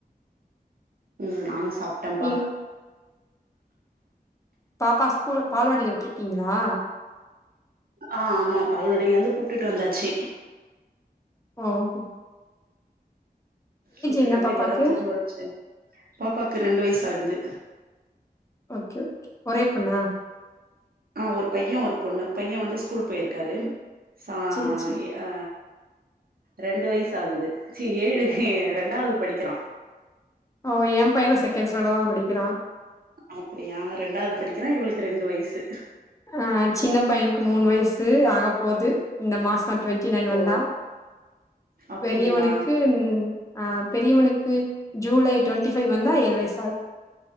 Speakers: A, on the right; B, on the left.
A: ம் நானு சாப்ட்டேம்ப்பா
B: நீங் பாப்பா ஸ்கூல்ல பால்வாடில விட்ருக்கிங்ளா
A: ஆ ஆமா பால்வாடிலந்து கூப்ட்டுட் வந்தாச்சி
B: ஓ ஹோ
A: கூப்டுட்டு
B: என்ன
A: வந்து
B: பாப்பாக்கு
A: இப்பதா தூங்க வச்சே பாப்பாக்கு ரெண்டு வய்ஸ் ஆகுது
B: ஓகே ஒகே ஒரே பொண்ணா
A: ஆ ஒரு பையன் ஒரு பொண்ணு பையன் வந்து ஸ்கூல் போய்ர்க்காரு சா
B: சேச்சி
A: இ ஆ ரெண்டு வய்ஸ் ஆகுது சீ ஏழு ஹே ரெண்டாவ்து படிக்கிறா
B: ஓ என் பையனு செகண் ஸ்டாண்டட் தா படிக்கிறா
A: அப்டியா ரெண்டாவ்து படிக்கிறா இவ்ளுக் ரெண்டு வய்சு
B: ஆ சின்ன பையனுக்கு மூணு வயசு ஆகப்போது இந்த மாஸ் வன் ட்வெண்டி நைன் வந்தா
A: ஓ அப்படிங்களா
B: பெரியவனுக்குன் ஆ பெரியவனுக்கு ஜூலை டொண்டி ஃபை வந்தா ஏழ் வய்சாத்